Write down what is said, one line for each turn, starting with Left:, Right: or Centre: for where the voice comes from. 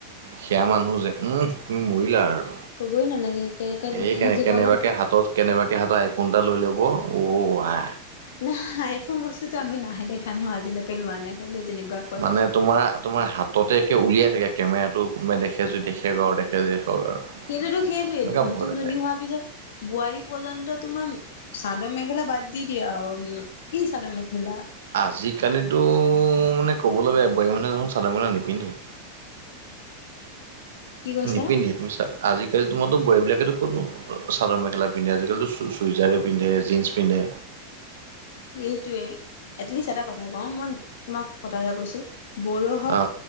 Right: সেয়া মানুহ যে, উমহ তুমি মৰিলা আৰু।
Left: ক'বই নালাগে একে
Right: এই কেনে
Left: জীৱনত
Right: কেনেবাকে হাতত কেনেবাকে হাতত আই- ফোন এটা লৈ ল'ব অ আ।
Left: না আইফোন বস্তুটো আমি নাই দেখা নহয় আজিলেকে লোৱা নাই হেঁতে তেনেকুৱা কৰে।
Right: মানে তোমাৰ তোমাৰ হাততে একে উলিয়াই থাকে কেমেৰাটো কোনোবাই দেখে যদি দেখে বাৰু আৰু দেখিলে দেখক আৰু।
Left: সেইটোতো সেইটোৱেই
Right: এনেকুৱা
Left: নতুন
Right: বহুত আছে
Left: ধনী হোৱাৰ পিছত বোৱাৰী পৰ্যন্ত তোমা- চাদৰ মেখেলা বাদ দি দিয়া আও। কি চাদৰ মেখেলা?
Right: আজিকালিতো মানে ক'বলৈ বেয়া বোৱাৰী মানুহে দেখোন চাদৰ মেখেলা নিপিন্ধেই।
Left: কি কৈছা
Right: নিপিন্ধি তুমি ছা আজিকালি তোমাৰো বোৱাৰী বিলাকেতো ক'ত নো চাদৰ মেখেলা পিন্ধে আজিকালিটো চুইজাৰে পিন্ধে জিনন্ছ পিন্ধে
Left: সেইটোৱে এটলিষ্ট এটা কথা কওঁ মই তোমাক কথা এটা কৈছো বড়ো হওক
Right: অ